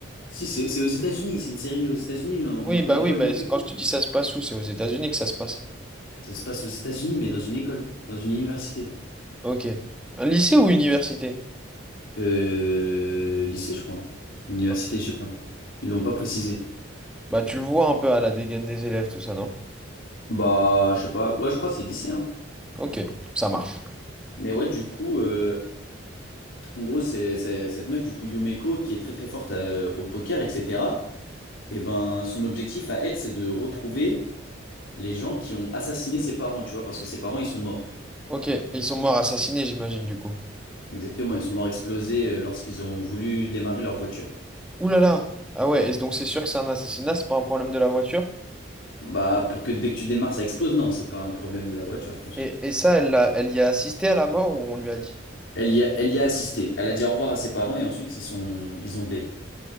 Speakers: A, on the left (about 80°); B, in the centre.
A: Si, c'est c'est aux États-Unis, c'est une série aux États-Unis, on
B: Oui,
A: on ne connaît
B: bah oui,
A: pas
B: bah,
A: le lieu.
B: quand je te dis ça se passe où, c'est aux États-Unis que ça se passe.
A: Ça se passe aux États-Unis, mais dans une école, dans une université.
B: Ok. Un lycée ou université?
A: Euh, lycée, je crois. hein. Université,
B: Ok.
A: je sais pas. Ils l'ont pas précisé.
B: Bah, tu le vois un peu à la dégaine des élèves, tout ça, non?
A: Bah, je sais pas. Ouais, je crois que c'est lycée, hein.
B: Ok, ça marche.
A: Mais ouais, du coup, euh, en gros, c'est c'est cette meuf, du coup, Yumeko, qui est très très forte euh, au poker, etc. Et ben, son objectif à elle, c'est de retrouver les gens qui ont assassiné ses parents, tu vois, parce que ses parents, ils sont morts.
B: Ok, ils sont morts assassinés, j'imagine, du coup.
A: Exactement, ils sont morts explosés euh, lorsqu'ils ont voulu démarrer leur voiture.
B: Ouh là là! Ah ouais, et donc c'est sûr que c'est un assassinat, c'est pas un problème de la voiture.
A: Bah, pour que dès que tu démarres, ça explose, non, c'est pas un problème de la voiture, je pense.
B: Et, et ça, elle, l'a- elle y a assisté à la mort ou on lui a dit?
A: Elle y a, elle y a assisté. Elle a dit au revoir à ses parents et ensuite ils sont, ils ont dead.